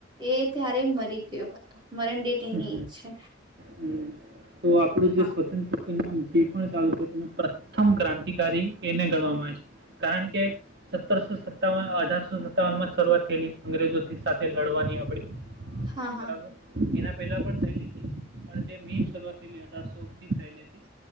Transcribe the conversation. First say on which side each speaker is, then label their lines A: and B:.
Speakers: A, on the right (about 25°); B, on the right (about 55°).
A: એ ત્યારે મરી ગયો હતો મરણ ડે
B: હમ,
A: તેની એ છે
B: હમ. તો આપણું
A: હા
B: જે સ્વતંત્ર જે ચાલ તે પ્રથમ ક્રાંતિકારી એને ગણવામાં આવે છે કારણ કે સત્તરસો સત્તાવન અઢારસો સત્તાવન માં શરૂઆત થયેલી અંગ્રેજો સાથે લડવાની આપડી
A: હા હા
B: બરાબર કેના પહેલાં પણ થયેલી હતી પણ જે મેન શરૂઆત થલી અઢારસોથી થયેલી હતી